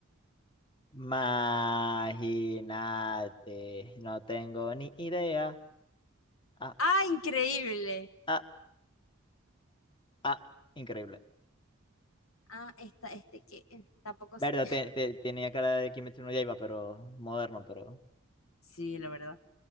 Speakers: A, on the left (about 25°); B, on the left (about 80°).
A: Imagínate, no tengo ni idea. Ah,
B: ¡Ah, increíble!
A: ah, ah, increíble.
B: Ah, esta, este que eh, tampoco
A: Verdad,
B: sé.
A: te- te- tenía cara de Kimetsu no Yaiba, pero moderno, pero
B: Sí, la verdad,